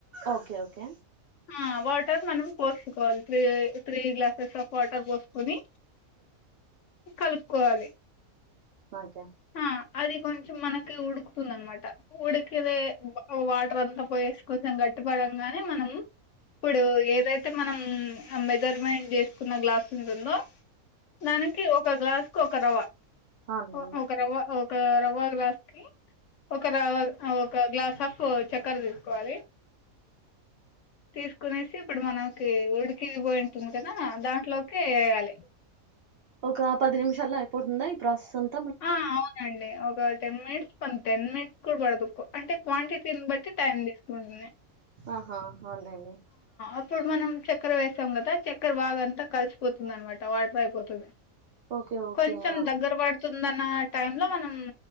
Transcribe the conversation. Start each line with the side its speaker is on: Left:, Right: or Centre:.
Right: ఓకే ఓకే
Left: ఆ వాటర్ మనం పోసుకోవాలి three three glasses of water పోసుకొని కలుపుకోవాలి
Right: ఓకే
Left: ఆ అది కొంచెం మనకి ఉడుకుతుంది అనమాట ఉడికిదే బువ్వ వాటర్ అంతా పోయేసి కొంచెం గట్టిపడంగానీ మనం ఇప్పుడు ఏదైతే మనం అబదర్మ చేసుకున్న గ్లాస్ ఉంటుందో నాన్నకి ఒ ఒక గ్లాస్ కు ఒక రవ్వ
Right: అవునండి
Left: ఓ ఒక రవ్వ ఓ రవా గ్లాస్కి ఒక ఒక గ్లాస్ ఆఫ్ చక్కర తీసుకోవాలి తీసుకునే ఇప్పుడు మనకి ఓల్డ్ ఇది పోయి ఉంటుంది కదా అ దా లోకి వేయాలి
Right: ఒక పది నిమిషాల్లో అయిపోతుందా ప్రసంత్
Left: ఆ అవునండి ఒక టెన్ మినిట్స్ పంది టెన్ మినిట్స్ కూడా బడదు అంటే క్వాంటిటీని బట్టి టైం తీసుకుంటుంది
Right: ఆహా అవునులేండి
Left: ఇప్పుడు మనం చక్కెర వేసాం కదా చక్కెర బాగా అంతా కలిసిపోతుంది అనమాట వాటర్ అయిపోతుంది
Right: ఓకే ఓకే
Left: కొంచెం
Right: ఆ
Left: దగ్గర పాడత తుందన్న టై లో మనం